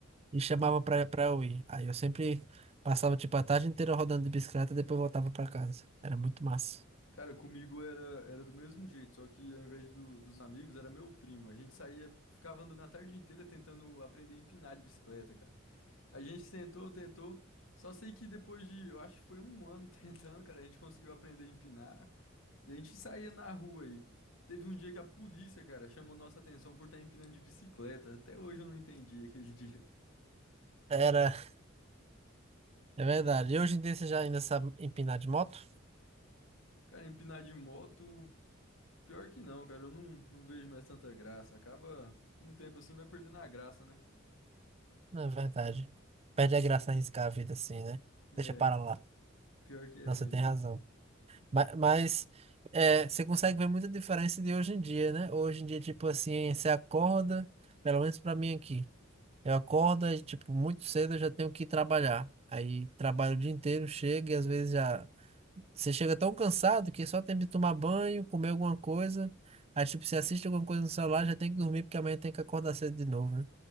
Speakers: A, on the right (about 30°); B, on the left (about 80°).
A: e chamavam pra, pra eu ir. Aí eu sempre passava tipo a tarde inteira rodando de bicicleta e depois voltava pra casa. Era muito massa.
B: Cara, comigo era, era do mesmo jeito, só que ao invés do- dos amigos, era meu primo. A gente saía, ficava andando a tarde inteira tentando aprender a empinar de bicicleta, cara. A gente tentou, tentou, só sei que depois de, eu acho que foi um ano <laughs> tentando, cara, a gente conseguiu aprender a empinar. Daí A gente saía na rua aí. Teve um dia que a polícia, cara, chamou nossa atenção por estar empinando de bicicleta. Até hoje eu não entendi aquele <laughs> dia.
A: Era, é verdade. E hoje em dia você já ainda sabe empinar de moto?
B: Cara, empinar de moto, pior que não, cara, eu não, não vejo mais tanta graça. Acaba, com o tempo assim, vai perdendo a graça, né?
A: É verdade. Perde a graça arriscar a vida assim, né? Deixa
B: É,
A: para lá.
B: pior que é
A: Nossa,
B: mesmo.
A: tem razão. mas Mas, é, você consegue ver muita diferença de hoje em dia, né? Hoje em dia, tipo assim, você acorda, pelo menos para mim aqui. Eu acordo, e, tipo, muito cedo eu já tenho que ir trabalhar. Aí trabalho o dia inteiro, chega e às vezes já. Você chega tão cansado que só tem de tomar banho, comer alguma coisa. Aí, tipo, você assiste alguma coisa no celular, já tem que dormir porque amanhã tem que acordar cedo de novo, né?